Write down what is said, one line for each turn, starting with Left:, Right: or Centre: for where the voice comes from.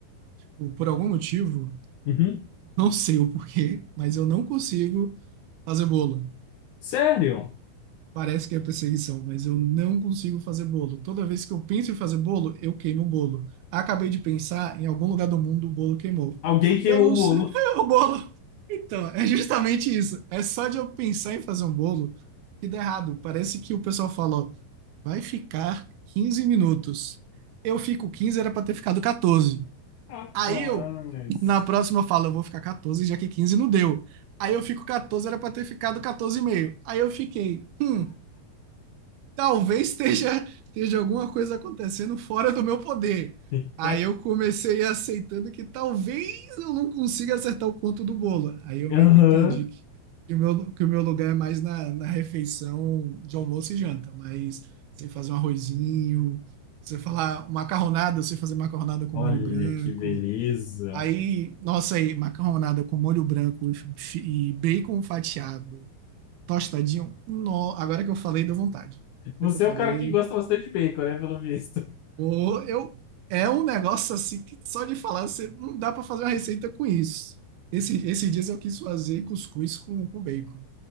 Right: por por algum motivo,
Left: Uhum.
Right: não sei o porquê, mas eu não consigo fazer bolo.
Left: Sério?
Right: Parece que é perseguição, mas eu não consigo fazer bolo. Toda vez que eu penso em fazer bolo, eu queimo o bolo. Acabei de pensar, em algum lugar do mundo o bolo queimou.
Left: Alguém queimou
Right: Eu não
Left: o bolo.
Right: sei, <laughs> o bolo. Então, é justamente isso. É só de eu pensar em fazer um bolo que dá errado. Parece que o pessoal fala, ó, vai ficar 15 minutos. Eu fico 15, era pra ter ficado 14.
Left: Rapaz.
Right: Aí eu, na próxima, eu falo, eu vou ficar 14, já que 15 não deu. Aí eu fico 14, era pra ter ficado quatorze e meio. Aí eu fiquei, hum, talvez esteja, esteja alguma coisa acontecendo fora do meu poder.
Left: <laughs>
Right: Aí eu comecei aceitando que talvez eu não consiga acertar o ponto do bolo. Aí eu meio
Left: Aham.
Right: que entendi que, que o meu, que o meu lugar é mais na, na refeição de almoço e janta, mas você fazer um arrozinho, você falar macarronada, você fazer macarronada com
Left: Olha
Right: molho branco.
Left: que beleza.
Right: Aí, nossa, aí, macarronada com molho branco e bacon fatiado Tostadinho, no, agora que eu falei, deu vontade. Agora
Left: Você
Right: que eu falei,
Left: é o cara que gosta bastante de bacon, né? Pelo visto.
Right: pô, eu, é um negócio assim que só de falar, você não dá para fazer uma receita com isso. Esse, esses dias eu quis fazer cuscuz com, com bacon.